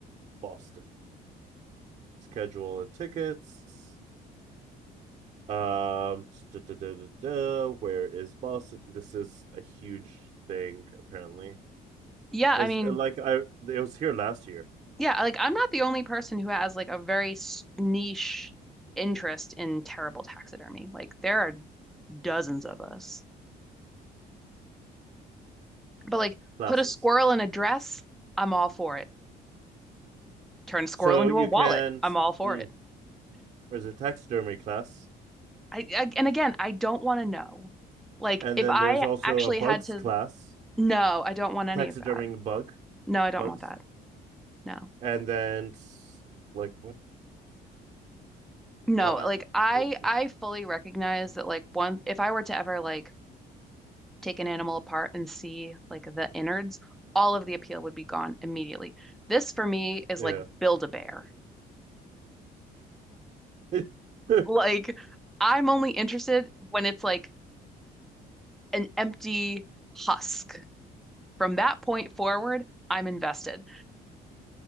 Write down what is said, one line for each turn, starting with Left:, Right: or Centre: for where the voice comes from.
Right: Boston. Schedule and tickets. Um, da, da, da, da, da. Where is Boston? This is a huge thing, apparently.
Centre: Yeah,
Right: Is
Centre: I mean,
Right: like I it was here last year.
Centre: yeah, like I'm not the only person who has like a very s- niche interest in terrible taxidermy. Like there are dozens of us. But like
Right: classes.
Centre: put a squirrel in a dress, I'm all for it. Turn a squirrel
Right: So
Centre: into
Right: you
Centre: a wallet,
Right: can,
Centre: I'm all for
Right: mm,
Centre: it.
Right: there's a taxidermy class,
Centre: I, I and again, I don't want to know. Like
Right: and
Centre: if
Right: then
Centre: I
Right: there's also
Centre: actually
Right: a bugs
Centre: had to,
Right: class,
Centre: no, I don't want any
Right: taxiderming
Centre: of that.
Right: bug
Centre: No, I don't
Right: bugs,
Centre: want that. No.
Right: and then like what,
Centre: No,
Right: uh,
Centre: like I
Right: like
Centre: I fully recognize that like one if I were to ever like take an animal apart and see like the innards, all of the appeal would be gone immediately. This for me is
Right: yeah,
Centre: like build a bear.
Right: <laughs>
Centre: Like I'm only interested when it's like an empty husk. From that point forward, I'm invested.